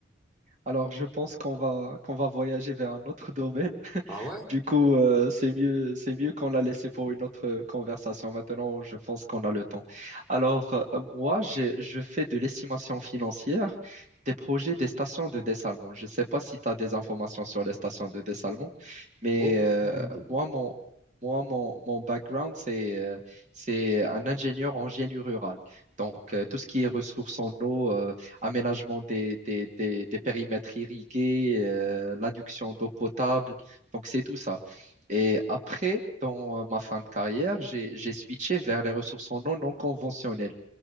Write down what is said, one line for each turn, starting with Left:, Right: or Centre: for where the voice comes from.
Right: Alors, je pense qu'on va, qu'on va voyager vers un autre domaine.
Centre: Ah ouais?
Right: Du coup, euh, c'est mieux, c'est mieux qu'on l'a laissé pour une autre euh, conversation. Maintenant, je pense qu'on a le temps. Alors, euh, moi, j'ai- je fais de l'estimation financière des projets des stations de dessalement. Je ne sais pas si tu as des informations sur les stations de dessalement, mais
Centre: Aucune
Right: euh,
Centre: idée.
Right: moi, mon, moi, mon, mon background, c'est euh, c'est un ingénieur en génie rural. Donc, euh, tout ce qui est ressources en eau, euh, aménagement des, des, des, des périmètres irrigués, euh, l'adduction d'eau potable donc, c'est tout ça. Et après, dans euh, ma fin de carrière, j'ai, j'ai switché vers les ressources en eau non conventionnelles.